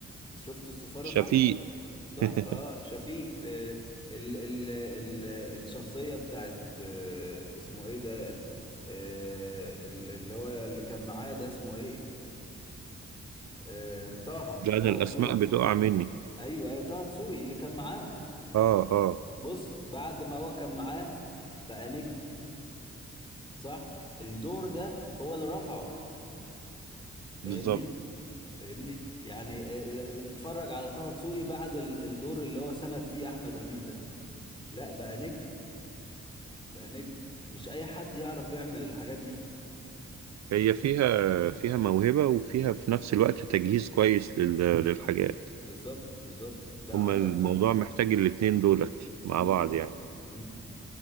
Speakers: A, on the left (about 15°); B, on the right (about 70°).
A: شفت الصفارة
B: شفيق
A: تحفة تحفة
B: <laughs>
A: اه شفيق في ال ال ال الشخصية بتاعت آه، اسمه ايه ده آه، ال- اللي هو اللي كان معاه ده اسمه ايه آه، طه
B: لا
A: طه
B: انا الاسماء
A: دسوقي
B: بتقع مني
A: ايوه ايوه طه دسوقي اللي كان معاه
B: اه اه
A: بص بعد ما هو كان معاه بقى نجم صح الدور ده هو اللي رفعه فاهمني
B: بالظبط
A: فاهمني يعني آه، آه، اتفرج على طه دسوقي بعد ال- الدور اللي هو سند فيه احمد امين ده لا بقى نجم بقى نجم مش اي حد يعرف يعمل الحاجات دي
B: هي فيها فيها موهبة وفيها في نفس الوقت تجهيز كويس لل... للحاجات
A: بالظبط بالظبط لا
B: هما
A: عندك
B: الموضوع
A: حق
B: محتاج الاتنين دولت مع
A: امم
B: بعض يعني
A: امم